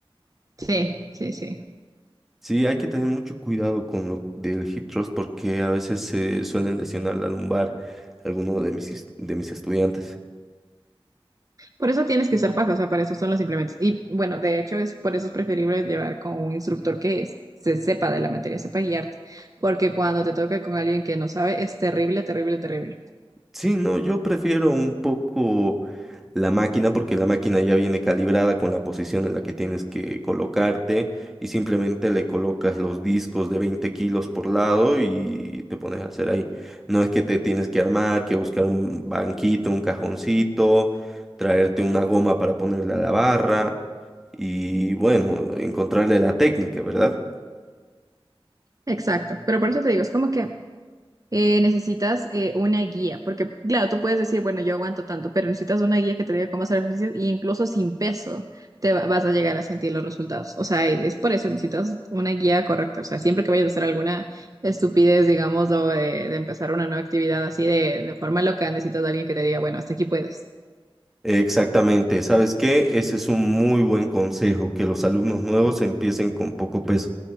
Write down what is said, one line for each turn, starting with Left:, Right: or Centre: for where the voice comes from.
Right: Sí, sí, sí.
Centre: Sí, hay que tener mucho cuidado con lo del hip thrust porque a veces se suelen lesionar la lumbar algunos de mis, is- de mis estudiantes.
Right: Por eso tienes que usar faja, o sea, para eso son los implementos. Y bueno, de hecho, es por eso es preferible llevar con un instructor que es- se sepa de la materia, sepa guiarte. Porque cuando te toca con alguien que no sabe, es terrible, terrible, terrible.
Centre: Sí, no, yo prefiero un poco la máquina porque la máquina ya viene calibrada con la posición en la que tienes que colocarte y simplemente le colocas los discos de 20 kilos por lado y te pones a hacer ahí. No es que te tienes que armar, que buscar un banquito, un cajoncito, traerte una goma para ponerle a la barra y bueno, encontrarle la técnica, ¿verdad?
Right: Exacto. Pero por eso te digo, es como que eh, necesitas eh, una guía, porque claro, tú puedes decir, bueno, yo aguanto tanto, pero necesitas una guía que te diga cómo hacer ejercicios y incluso sin peso te va- vas a llegar a sentir los resultados. O sea, es, es por eso, necesitas una guía correcta. O sea, siempre que vayas a hacer alguna estupidez, digamos, o de, de empezar una nueva actividad así de, de forma loca, necesitas de alguien que te diga, bueno, hasta aquí puedes.
Centre: Exactamente, ¿sabes qué? Ese es un muy buen consejo, que los alumnos nuevos empiecen con poco peso.